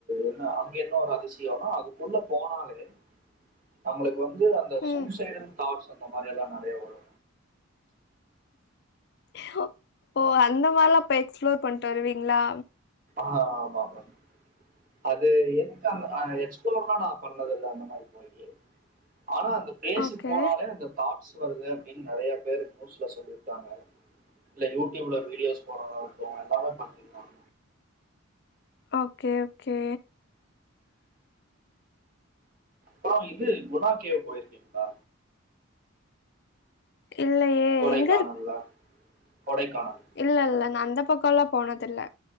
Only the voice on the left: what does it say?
ம்
ஹொ போ அந்த மார்லா பெய் எக்ஸ்ப்ளோர் பண்ட்டு வருவீங்ளா
ஓகே
ஓகே ஒக்கே
இல்லையே
எங்க
இல்லல்ல நா அந்த பக்கொல்லா போனதில்ல